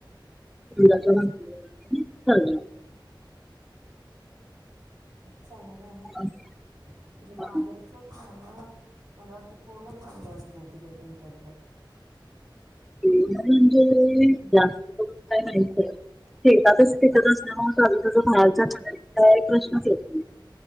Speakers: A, in the centre; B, on the right.
A: <unintelligible>
B: चांगलं आहे ना म,
A: असं.
B: म्हणजे
A: हां.
B: बाहेरचं खाणं मला वाटते पूर्णच बंद असणार तिकड, तुमच्या इकडं.
A: पूर्ण म्हणजे जास्त करून <unintelligible> <unintelligible>